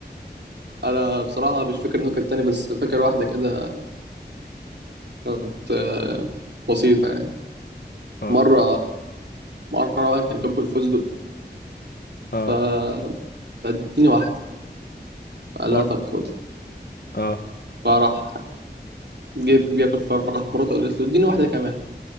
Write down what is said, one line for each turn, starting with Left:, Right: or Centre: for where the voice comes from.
Right: انا بصراحه مش فاكر نكت تاني بس فاكر واحده كده كانت آه، بسيطة يعني
Left: اه
Right: مرة مرة واحد كان باكل فستق
Left: اه
Right: فاديني واحدة قال
Left: مر...
Right: لها طب خدي
Left: اه
Right: فراح جيب بياكل فراحت مراته قالت له اديني واحدة كمان